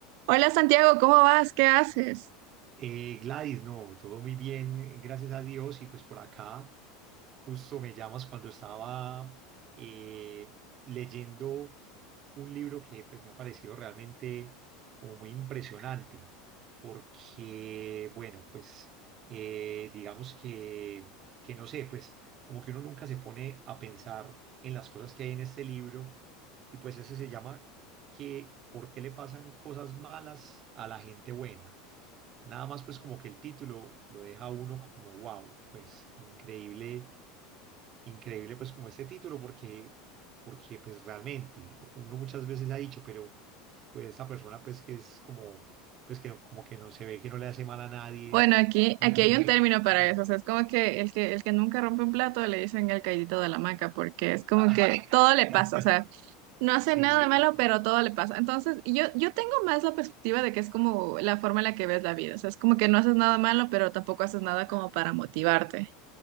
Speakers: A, on the right; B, on the right.
A: Hola Santiago, ¿cómo vas? ¿Qué haces?
B: Eh, Gladys, no, todo muy bien, eh, gracias a Dios. Y pues por acá, justo me llamas cuando estaba eh, leyendo un libro que pues me ha parecido realmente como muy impresionante, porque bueno, pues eh, digamos que, que no sé, pues como que uno nunca se pone a pensar en las cosas que hay en este libro y pues ese se llama que ¿por qué le pasan cosas malas a la gente buena? Nada más pues como que el título lo deja a uno como wow, pues increíble, increíble pues como este título porque, porque pues realmente uno muchas veces ha dicho, pero pues esta persona pues que es como, pues que no- como que no se ve que no le hace mal a nadie.
A: Bueno, aquí,
B: <laughs>
A: aquí hay un término para
B: Sí.
A: eso, o sea, es como que el que, el que nunca rompe un plato le dicen el caidito de la hamaca, porque es como
B: Ah,
A: que todo le
B: <laughs>
A: pasa, o sea, no hace
B: sí,
A: nada de
B: sí.
A: malo, pero todo le pasa. Entonces, yo, yo tengo más la perspectiva de que es como la forma en la que ves la vida, o sea, es como que no haces nada malo, pero tampoco haces nada como para motivarte.